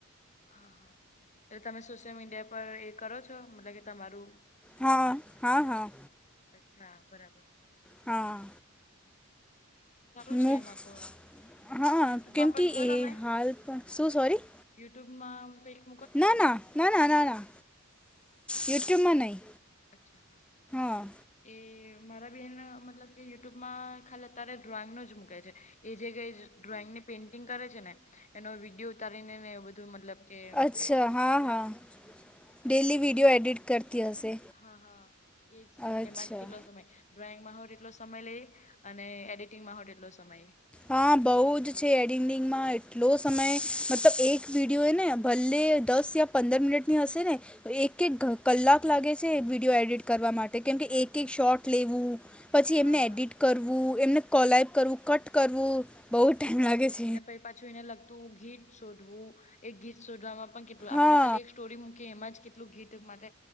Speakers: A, on the left; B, in the centre.
A: હા હા એટલે તમે સોશિયલ મીડિયા પર એ કરો છો મતલબ કે તમારું
B: હા હા હા
A: અછ બરાબર
B: હા
A: સારું
B: હ
A: છે એમાં તો
B: હા
A: યુટ્યુબમાં
B: કેમ
A: પણ
B: કે
A: છો
B: એ
A: તમે
B: હાલ પણ શું સોરી
A: યુટ્યુબમાં કક
B: ના ના ના ના ના ના યુટ્યુબમાં નહી
A: અચ્છા
B: હા
A: એ મારા બહેન મતલબ કે યુટ્યુબમાં ખાલી અત્યારે ડ્રોઈંગનો જ મૂકે છે એ જે કઈ. ડ્રોઈંગ ને પેઇન્ટિંગ કરે છે ને એનો વિડીયો ઉતારીને ને એ બધું મતલબ. કે મૂકે
B: અચ્છા
A: છે
B: હા હા ડેલી વીડિયો એડિટ કરતી હશે
A: હા હા એજ
B: અચ્છા
A: એમાં જ કેલો સમય ડ્રોઈંગમાં હું તેટલો સમય લઈ અને એડિટિંગમાં હું તેટલો સમય લ
B: હા બહુ જ છે એડિટિંગમાં એટલો સમય મતલબ એક વિડીિયો એ ને ભલે દસ યા પંદર મિનિટની હશે ને. એક એક ક કલાક લાગે છે વિડીયો એડિટ કરવા માટે કેમકે એક એક શોટ લેવું. પછી
A: હા
B: એમને એડિટ કરવું એમને કોલઈપ કરવું કટ કરવું બહુ ટાઈમ લાગે છે.
A: પછ પાછું એને લગતું ગીત શોધવું એક ગીત શોધવામાં. કેટલું આપણે
B: હા
A: તો ખાલી એક સ્ટોરી મૂકીએ એમાં જ કેટલું ગીત માટે